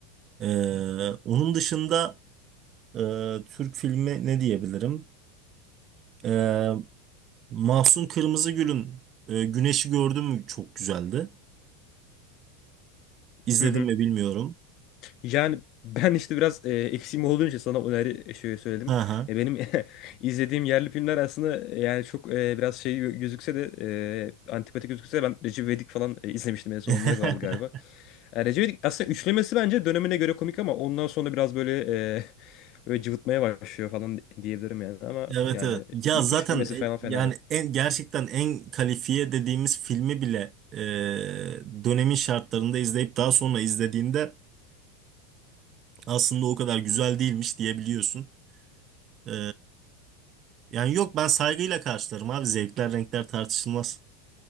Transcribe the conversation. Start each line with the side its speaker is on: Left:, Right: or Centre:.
Right: E, onun dışında e, Türk filmi ne diyebilirim? E, Mahsun Kırmızıgül'ün e, Güneşi gördün mü? Çok güzeldi. İzledim
Left: Hı hı.
Right: mi bilmiyorum.
Left: Yani <laughs> ben işte biraz e, eksiğim olduğu için sana öneri e, şey söyledim.
Right: Hı hı.
Left: E, benim <laughs> izlediğim yerli filmler aslında e, yani çok e, biraz şey gözükse de e, antipatik gözükse de ben Recep İvedik falan e, izlemiştim en son
Right: <laughs>
Left: onlar vardı galiba. E, Recep İvedik aslında üçlemesi bence dönemine göre komik ama ondan sonra biraz böyle e, <laughs> böyle cıvıtmaya başlıyor falan diyebilirim yani ama
Right: Evet
Left: yani
Right: evet. Ya
Left: ilk
Right: zaten
Left: üçlemesi
Right: e,
Left: falan fena
Right: yani
Left: değil.
Right: en gerçekten en kalifiye dediğimiz filmi bile e, dönemin şartlarında izleyip daha sonra izlediğinde aslında o kadar güzel değilmiş diyebiliyorsun. E, yani yok ben saygıyla karşılarım abi. Zevkler renkler tartışılmaz.